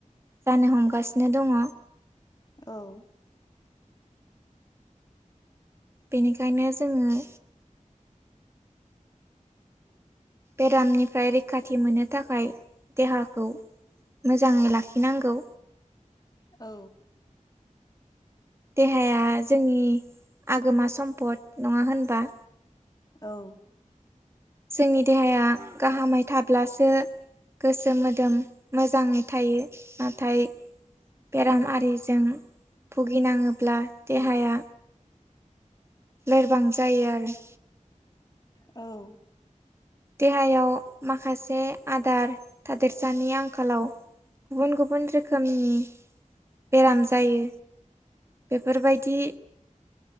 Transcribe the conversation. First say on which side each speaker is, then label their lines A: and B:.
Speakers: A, on the right; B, on the left.
A: जानो हमगासिनो दङ
B: औ
A: बेनिखायनो जोङो बेरामनिफ्राय रैखाथि मोननो थाखाय देहाखौ मोजाङै लाखिनांगौ
B: औ
A: देहाया जोंनि आगोमा सम्फद नङा होनबा
B: औ
A: जोंनि देहाया गाहामै थाब ब्लासो गोसो मोदोम मोजाङै थायो नाथाय बेराम आरिजों भुगिनाङोब्ला देहाया लोरबां जायो आरो
B: औ
A: देहायाव माखासे आदार थादोरसानि आंखालाव गुबुन गुबुन रोखोमनि बेराम जायो बेफोरबायदि